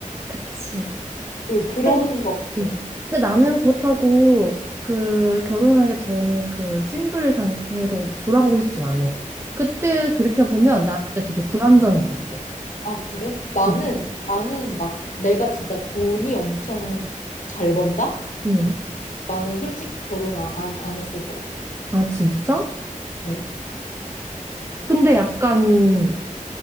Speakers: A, on the right (about 20°); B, on the left (about 65°).
A: 그치.
B: 그 그런
A: 근데
B: 거 같아.
A: 음. 근데 나는 그렇다고 그 결혼하기 전에 그 싱글 상태로 돌아가고 싶진 않아. 그때 돌이켜보면
B: 어.
A: 나 그때 되게 불안정했었어.
B: 아, 그래? 나는
A: 응
B: 나는 막 내가 진짜 돈이 엄청 잘 번다?
A: 응
B: 나는 솔직히 결혼 아- 안, 안 했을 것 같아.
A: 아, 진짜?
B: 어.
A: 근데 약간,